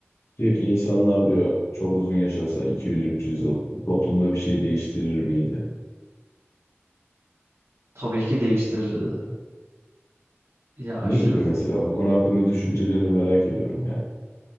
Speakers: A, on the left (about 85°); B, on the right (about 80°).
A: Diyor ki insanlar diyor çok uzun yaşasa 200-300 yıl bu toplumda bir şey değiştirir miydi?
B: Tabii ki değiştirirdi. Ya aşırı
A: Ne gibi
B: f-
A: mesela bu konu hakkında düşüncelerini merak ediyorum yani.